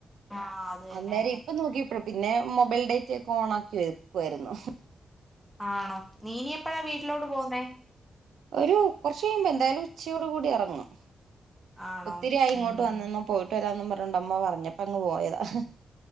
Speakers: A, in the centre; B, on the right.
A: ആഹ് അത് തന്നെ
B: അന്നേരം ഇപ്പൊ നോക്കിയപ്പോഴ പിന്നെ മൊബൈൽ ഡേറ്റ ഒക്കെ ഓണാക്കി വെക്കുവായിരുന്നു.
A: ആണോ ന്നീ ഇനി എപ്പഴാ വീട്ടിലോട്ട് പോകുന്നെ
B: ഒരു കൊറച്ച് കഴിയുമ്പൊ എന്തായാലും ഉച്ചയോട് കൂടി എറങ്ങും
A: ആണോ
B: ഒത്തിരി ആയി ഇങ്ങോട്ട്
A: ഉം ഉം
B: വന്നന്നും പോയിട്ട് വരാന്നും പറഞ്ഞോണ്ട് അമ്മ പറഞ്ഞപ്പൊ അങ്ങ് പോയതാ ഹ്